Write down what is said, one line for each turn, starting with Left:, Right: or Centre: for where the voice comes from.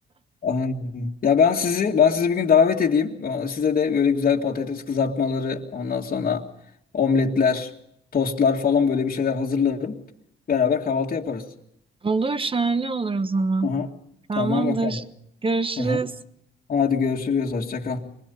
Left: Aynen. Ya ben sizi ben sizi bir gün davet edeyim. Size de böyle güzel patates kızartmaları, ondan sonra omletler, tostlar falan böyle bir şeyler hazırlarım. Beraber kahvaltı yaparız.
Right: <laughs> Olur şahane olur o zaman.
Left: Aha.
Right: Tamamdır.
Left: Tamam bakalım.
Right: Görüşürüz.
Left: Aha. Hadi görüşürüz. Hoşça kal.